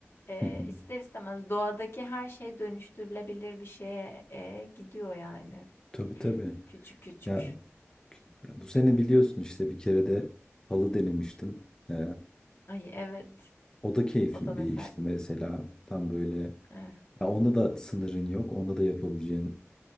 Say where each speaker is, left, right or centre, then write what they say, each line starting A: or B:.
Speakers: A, on the left (about 65°); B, on the left (about 15°).
A: e,
B: Hı hı.
A: ister istemez doğadaki her şey dönüştürülebilir bir şeye e, gidiyor yani
B: Tabii tabii.
A: küçük küçük.
B: Ya, ya bu sene biliyorsun işte bir kere de halı denemiştim. Ee,
A: Ay evet.
B: o da keyifli
A: O da mesela
B: bir işti mesela. Tam böyle
A: eh,
B: Ya onda da sınırın yok. Onda da yapabileceğin